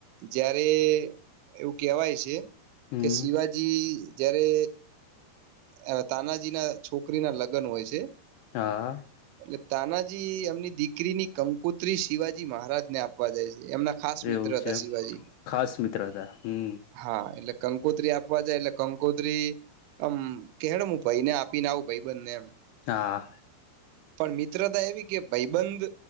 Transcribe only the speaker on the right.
જયારે એવું કેવાય છે.
કે શિવાજી જયારે અ તાનાજી ના છોકરી ના લગ્ન હોય છે.
એટલે તાનાજી એમની દીકરીની કંકુત્રી શિવાજી મહા રાજ ને આપવા જાય છે એમના ખાસ મિત્ર
હતા
શિવાજી
હા એટલે કંકોત્રી આપવા જાય એટલે કંકોત્રી આમ કેડ હું ભાઈને આપીને આવું ભાઈ બંને એમ
પણ મિત્રતા એવી કે ભાઈબંધ